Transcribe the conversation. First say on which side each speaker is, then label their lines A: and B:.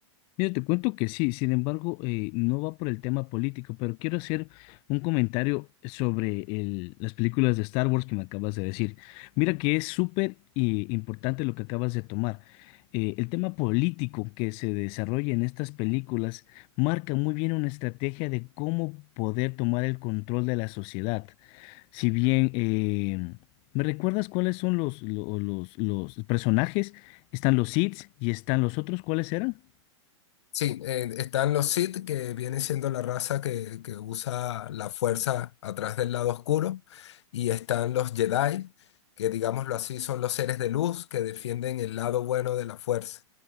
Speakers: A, on the left; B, on the left.
A: Mira, te cuento que sí, sin embargo, eh, no va por el tema político, pero quiero hacer un comentario sobre el- las películas de Star Wars que me acabas de decir. Mira que es súper eh, importante lo que acabas de tomar. Eh, el tema político que se desarrolla en estas películas marca muy bien una estrategia de cómo poder tomar el control de la sociedad. Si bien, eh, ¿me recuerdas cuáles son los, lo- los, los personajes? Están los Sith y están los otros, ¿cuáles eran?
B: Sí, eh, están los Sith, que viene siendo la raza que, que usa la fuerza atrás del lado oscuro, y están los Jedi, que digámoslo así, son los seres de luz que defienden el lado bueno de la fuerza.